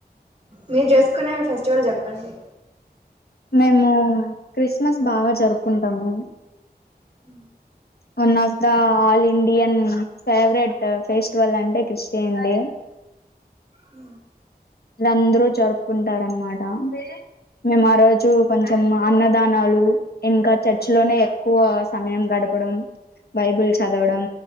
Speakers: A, on the right; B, on the left.
A: మీరు చేసుకునే ఫెస్టివల్ చెప్పండి
B: మేము క్రిస్మస్ బాగా జరుపుకుంటామూ
A: హ
B: one of the all Indian favourite festival అంటే క్రిస్టియండి
A: అ
B: అందరు జరుపుకుంటార్ అనమాట మేమ్ ఆ రోజు కొంచెం అన్నదానాలు ఇంకా చర్చి లోనే ఎక్కువ సమయం గడప్ డం బైబిల్ చదవడం